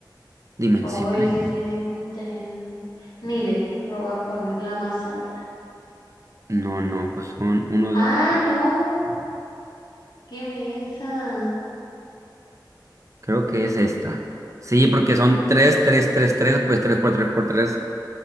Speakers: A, on the right; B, on the left.
A: ¿Dimensiones?
B: Oh, ese sí ni, ten- ni idea, pero voy a ponerla más alta.
A: No, no, pues son uno,
B: Ah,
A: dos.
B: no, qué mensa.
A: Creo que es esta. Sí, porque son tres, tres, tres, tres, pues tres por tres por tres.